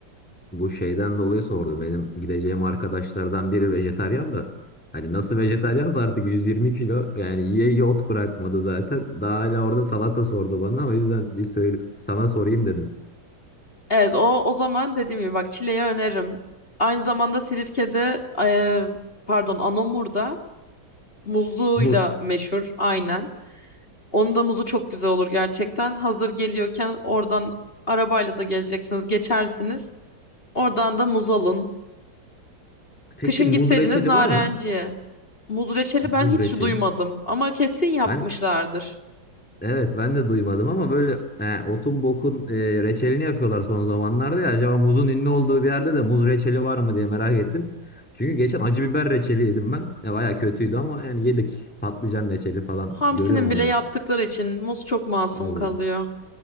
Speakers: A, in the centre; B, on the left.
A: bu şeyden dolayı sordum. Benim gideceğim arkadaşlardan biri vejetaryen da. Hani nasıl vejetaryansa artık 120 kilo yani yiye yiye ot bırakmadı zaten. Daha hala orada salata sordu bana. O yüzden bir söyle, sana sorayım dedim.
B: Evet o o zaman dediğim gibi bak çileği öneririm. Aynı zamanda Silifke'de e, pardon Anamur'da muzluğuyla
A: Muz.
B: meşhur aynen. Onun da muzu çok güzel olur gerçekten. Hazır geliyorken oradan arabayla da geleceksiniz, geçersiniz. Oradan da muz alın.
A: Peki
B: Kışın
A: muz
B: gitseydiniz
A: reçeli
B: Narenciye.
A: var mı?
B: Muz reçeli ben
A: Muz
B: hiç
A: reçeli.
B: duymadım ama kesin yapmışlardır.
A: Ben Evet ben de duymadım ama böyle he, otun bokun e, reçelini yapıyorlar son zamanlarda ya. Acaba muzun ünlü olduğu bir yerde de muz reçeli var mı diye merak ettim. Çünkü geçen acı biber reçeli yedim ben. E, baya kötüydü ama yani yedik. Patlıcan reçeli falan
B: Hamsi'nin
A: görüyorum arada.
B: bile yaptıkları için muz çok masum
A: Oo
B: kalıyor.